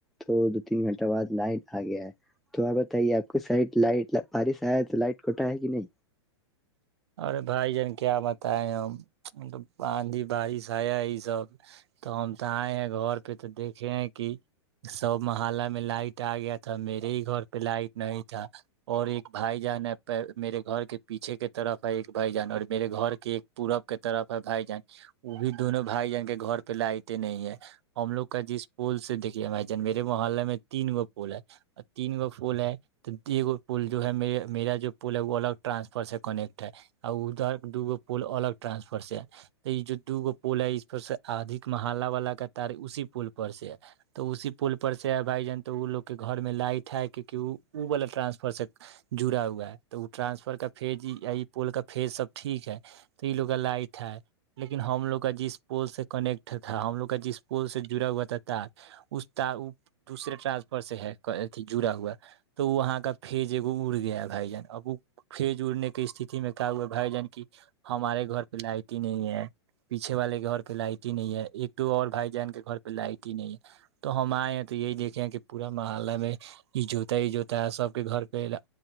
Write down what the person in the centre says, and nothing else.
تو تین گھنٹہ بعد لائٹ آ گیا ہے تو آپ بتائیے آپ کی سائڈ لائٹ بارس ہے تو لائٹ کٹا ہے کہ نہیں